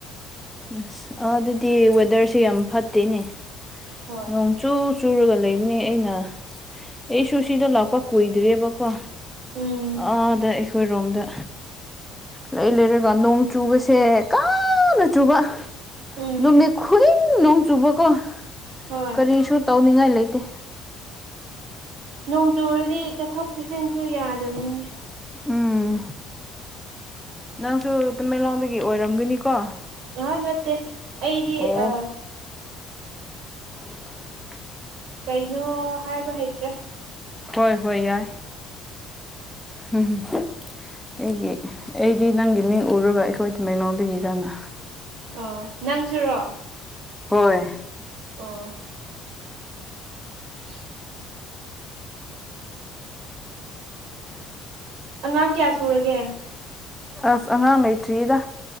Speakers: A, in the centre; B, on the right.
A: ꯑꯁ ꯑꯗꯨꯗꯤ ꯋꯦꯗꯔꯁꯦ ꯌꯥꯝ ꯐꯠꯇꯦꯅꯦ
B: ꯍꯣꯏ
A: ꯅꯣꯡ ꯆꯨ ꯆꯨꯔꯒ ꯂꯩꯕꯅꯦ ꯑꯩꯅ ꯑꯩꯁꯨ ꯁꯤꯗ ꯂꯥꯛꯄ ꯀꯨꯏꯗ꯭ꯔꯦꯕꯀꯣ
B: ꯎꯝ
A: ꯑꯥꯗ ꯑꯩꯈꯣꯏ ꯔꯣꯝꯗ ꯂꯩ ꯂꯩꯔꯒ ꯅꯣꯡ ꯆꯨꯕꯁꯦ ꯀꯟꯅ ꯆꯨꯕ
B: ꯎꯝ
A: ꯅꯨꯃꯤꯠ ꯈꯨꯗꯤꯡ ꯅꯣꯡ ꯆꯨꯕꯀꯣ
B: ꯍꯣꯏ
A: ꯀꯔꯤꯁꯨ ꯇꯧꯅꯤꯡꯉꯥꯏ ꯂꯩꯇꯦ
B: ꯅꯣꯡ ꯆꯨꯔꯗꯤ ꯆꯠꯊꯣꯛ ꯆꯠꯁꯤꯟꯁꯨ ꯌꯥꯗꯕꯅꯤꯅꯦ
A: ꯎꯝ ꯅꯪꯁꯨ ꯇꯃꯦꯡꯂꯣꯡꯗꯒꯤ ꯑꯣꯏꯔꯝꯒꯅꯤꯀꯣ
B: ꯑꯥꯍꯥ ꯅꯠꯇ‌ꯦ ꯑꯩꯗꯤ
A: ꯑꯣ
B: ꯑꯥ
A: <unintelligible>
B: ꯀꯩꯅꯣ ꯍꯥꯏꯕ ꯍꯩꯇ꯭ꯔꯦ
A: ꯍꯣꯏ ꯍꯣꯏ ꯌꯥꯏ ꯍꯝꯝ ꯑꯩꯒꯤ ꯑꯩꯗꯤ ꯅꯪꯒꯤ ꯃꯤꯡ ꯎꯔꯒ ꯑꯩꯈꯣꯏ ꯇꯃꯦꯡꯂꯣꯝꯗꯒꯤꯔꯥꯅ
B: ꯑꯣ ꯅꯪꯁꯨꯔꯣ
A: ꯍꯣꯏ
B: ꯑꯣ <unintelligible> ꯑꯉꯥꯡ ꯀꯌꯥ ꯁꯨꯔꯒꯦ
A: ꯑꯁ ꯑꯉꯥꯡ ꯂꯩꯇꯔꯤꯗ